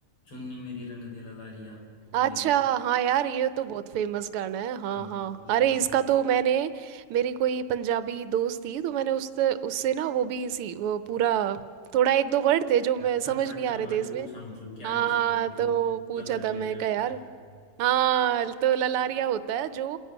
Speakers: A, on the left; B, on the right.
A: चुन्नी मेरी रंग दे ललारिया
B: अच्छा
A: मेरे
B: हाँ यार ये तो बहुत फेमस गाना है हाँ
A: हम्म,
B: हाँ
A: ये तो
B: अरे
A: मतलब
B: इसका तो मैंने मेरी कोई पंजाबी दोस्त थी तो मैंने उससे उससे ना वो भी इसी वो पूरा थोड़ा एक दो वर्ड थे जो मैं
A: हाँ,
B: समझ
A: कन्वर्ट
B: नहीं
A: करवा
B: आ रहे थे
A: के
B: इसमें
A: पूछा मतलब क्या
B: हाँ
A: है इसमें बोल-
B: तो पूछा
A: ललारिया
B: था मैं
A: क्या
B: क्या
A: होता
B: यार
A: है
B: हाँ तो ललारिया होता है जो